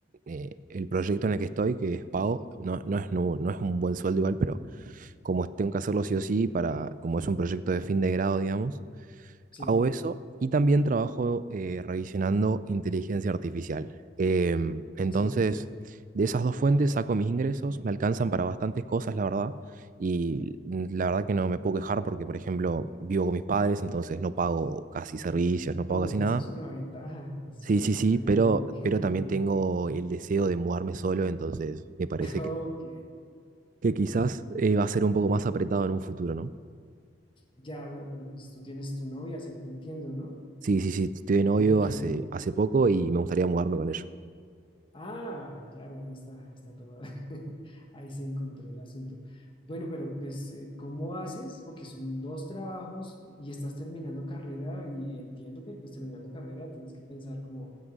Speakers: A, on the right; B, on the left.
A: eh, el proyecto en el que estoy, que es pago, no, no es, no, no es un buen sueldo igual, pero como tengo que hacerlo sí o sí, para, como es un proyecto de fin de grado, digamos,
B: sí,
A: Hago eso y también trabajo eh, revisionando inteligencia artificial. Em, entonces,
B: sí.
A: de esas dos fuentes saco mis ingresos, me alcanzan para bastantes cosas, la verdad, y mm, la verdad que no me puedo quejar porque, por ejemplo, vivo con mis padres, entonces no pago casi servicios, no
B: Uy,
A: pago casi nada.
B: eso es una ventaja, es
A: Sí,
B: una
A: sí,
B: ventaja
A: sí, pero,
B: grande. <laughs>
A: pero también tengo el deseo de mudarme solo, entonces me parece
B: Ok,
A: que, que quizás eh, va a ser un poco más apretado en un futuro, ¿no?
B: ya veo, pero pues tú tienes tu novia, según entiendo, ¿no?
A: Sí, sí, sí, estoy de novio
B: ¿Y ¿Te quieres?
A: hace, hace poco y me gustaría mudarme con ella.
B: Ah, claro, ahí está, ahí está todo. <laughs> Ahí se encontró el asunto. Bueno, pero pues, eh, ¿cómo haces? Porque son dos trabajos y estás terminando carrera y entiendo que pues terminando carrera tienes que pensar como